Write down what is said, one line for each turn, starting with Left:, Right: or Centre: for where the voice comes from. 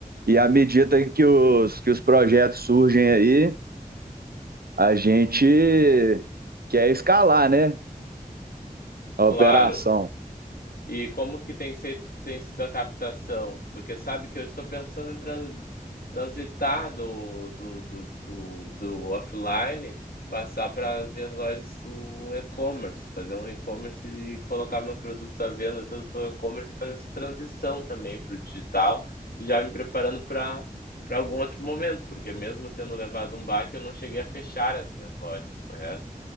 Right: E à medida que os, que os projetos surgem aí, a gente quer escalar, né? A
Left: Claro,
Right: operação.
Left: E como que tem, se- tem sido a captação? Porque sabe que eu estou pensando em trans, transitar do, do, do, do, do offline, passar para as minhas lojas um e-commerce, fazer um e-commerce e colocar meus produtos à venda tudo pelo e-commerce e fazer essa transição também para o digital, já me preparando para para algum outro momento, porque mesmo eu tendo levado um baque, eu não cheguei a fechar as minhas lojas, correto?